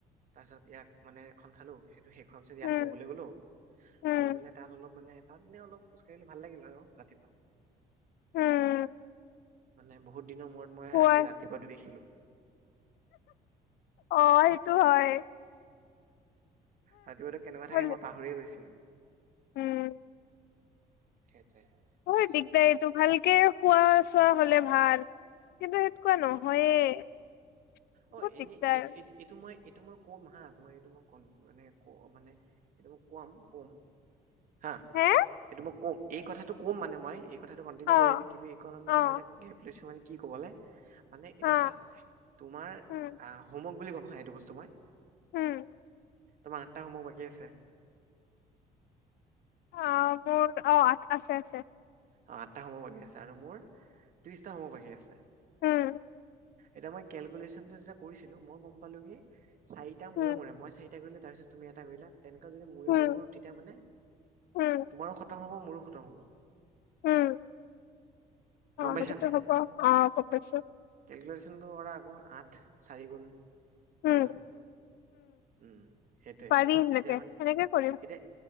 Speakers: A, on the right; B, on the left.
A: তাৰপিছত ইয়াক মানে এখন চালো সেইটো শেষ হোৱাৰ পিছত
B: উম,
A: ইয়াক লবলৈ গলো
B: উম,
A: লৈ পেলাই তাত অলপ মানে তাত মানে অলপ খোজ কাঢ়িলে ভাল লাগিল আৰু ৰাতিপুৱা।
B: হুম।
A: মানে বহুত দিনৰ মূৰত মই
B: শুৱাই
A: আজি ৰাতিপুৱাটো দেখিলোঁ।
B: অ সেইটো হয়।
A: ৰাতিপুৱাতো কেনেকুৱা
B: হল
A: থাকে, মই পাহৰিয়ে গৈছিলোঁ।
B: উম।
A: সেইটোৱে। তাৰপিছত
B: বহুত দিগদাৰী ইটো ভালকে খোৱা চোৱা হ'লে ভাল কিন্তু সে কুৱা নহয়ে
A: উম
B: বহুত
A: অ এনেই
B: দিগদাৰ।
A: এই এইটো মই এইটো মই কম হা তোমাৰ এইটো মই ক মানে ক মানে সেইটো মোক কোৱাম কম, হা
B: হে
A: সেইটো মোক কম এই কথাটো কম মানে মই এই কথাটো কণ্টিনিউ
B: অ',
A: কৰিম কিন্তু এইকনত
B: অ',
A: মানে মই এটা গেপ লৈছোঁ মানে কি ক'বলে মানে
B: হা
A: এতিয়া চা, তোমাৰ
B: উম,
A: আহ হোমৱৰ্ক বুলি ক'ম হা এইটো বস্তু মই
B: উম।
A: তোমাৰ আঠটা হোমৱৰ্ক বাকী আছে।
B: অ মোৰ, অ আঠটা আছে আছে।
A: অ আঠটা হোমৱৰ্ক বাকী আছে আৰু মোৰ ত্ৰিশটা হোমৱৰ্ক বাকী আছে।
B: অ।
A: এতিয়া মই কেলকুলেচনটো যে কৰিছিলোঁ মই গম পালো কি চাৰিটা মূৰে
B: উম,
A: মূৰে মই চাৰি টা কৰিলো তাৰপিছত তুমি এটা কৰিলা তেনেকুৱা যদি মূৰে
B: উম,
A: মূৰে কৰো তেতিয়া মানে
B: উম,
A: তোমাৰো খ তম হব মোৰো খতম হব।
B: উম, অ
A: গম পাইছা
B: সেইটোতো
A: নাই
B: হব, অ গম পাইছোঁ।
A: কেলকুলেশ্যনটো কৰা আকৌ আঠ চাৰিগুণ
B: উম,
A: হয়নে নহয়? উম সেইটোৱে
B: পাৰি সেনেকে
A: এতিয়া মান
B: সেনেকে কৰিম
A: এতিয়া